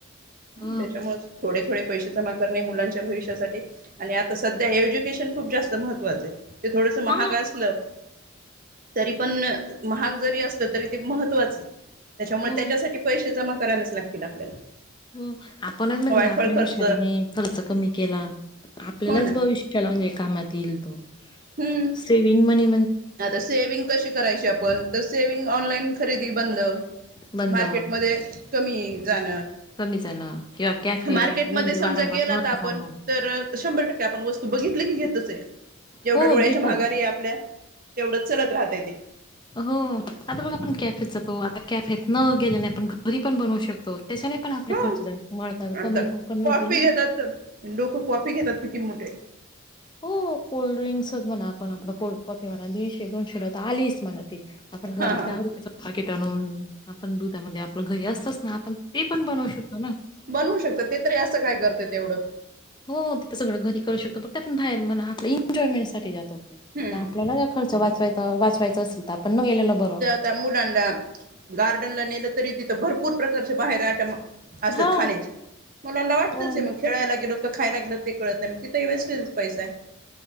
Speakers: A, on the left (about 20°); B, on the right (about 45°).
A: ह
B: त्याच्यामुळे, थोडे थोडे पैसे जमा करणे मुलांच्या भविष्यासाठी, आणि आता सध्या एज्युकेशन खूप जास्त महत्त्वाचं, ते थोडंस महाग
A: हा
B: असलं, तरी पण महाग जरी असलं तरी ते महत्त्वाचे त्याच्यामुळे
A: हो
B: त्याच्यासाठी पैसे, जमा करायलाच लागतील आपल्याला,
A: हो आपणच म्हणजे
B: वायफळ
A: आपली
B: खर्च
A: हुशारीने
B: हो
A: खर्च कमी केला आपल्यालाच
B: ना
A: भविष्य, चला म्हणजे कामात येईल तो.
B: हम्म
A: सेविंग मणी
B: आता सेव्हंग कशी करायची आपण तर सेव्हंग ऑनलाईन खरेदी बंद.
A: बंद
B: मार्केटमध्ये कमी जाणं.
A: कमी जाणं किंवा कॅफे
B: मार्केट
A: म्हणजे
B: म समजा
A: वारंवार
B: गेला
A: न
B: तर आपण
A: जाणं
B: तर, शंभर टक्के आपण वस्तू बघितली की घेतच आहे, एवढ्या
A: हो
B: डोळ्याच्या
A: घेतो
B: महागारी आहे आपल्या, तेवढच चलत राहतय ते,
A: हो आता बघ आपण कॅफेत जातो आता कॅफेत न गेल्याने आपण घरी पण बनवू शकतो. त्याच्याने पण आपले
B: हो
A: खर्च वाढतात
B: नंतर
A: कमी कमी होतील ना.
B: <unintelligible> लोक कॉपी घेतात किती मोठे
A: हो कोल्ड्रिंक्सच म्हणा आपण आप कोल्ड कॉफी म्हणा दीडशे दोनशे, आलीस म्हणा त आपण घरी
B: हा हा
A: दा त्या च पाकिट आणून आपण दुधामध्ये आपलं घरी असतच, ह आपण ते पण बनवू शकतो ना,
B: बनवू शकतात ते तरी असं काय करत तेवढं
A: हो तिथं सगळं घरी करू शकतो बघ ते आपण बाहेर म्हणा आपलं एन्जॉयमेंट साठी जातो
B: हम्म
A: आपल्याला, खर्च वाचवायचं वाचवायचं असेल तर पण न गेलेलं बरं,
B: त्या मुलांना गार्डनला नेलं तरी तिथं भरपूर प्रकारच्या बाहेर आटम असत
A: हा
B: खाण्याचे मुलांना वाटतच
A: हो
B: हे म खेळायला गेलोत का खायला गेलो ते कळत नाही मग तिथ वेस्ट पैसा,